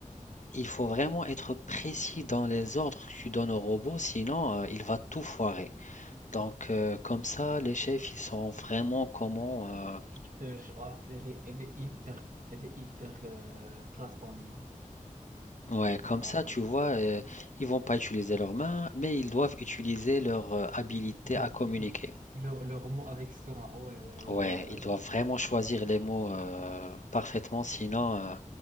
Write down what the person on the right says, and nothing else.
Que je- te jure, ah, c'est- elle est, elle est hyper, elle est hyper euh, classe ton idée.
Ah,
Leur,
leur, leur mot avec soin. Ouais, ouais, ouais,
ouais, ouais.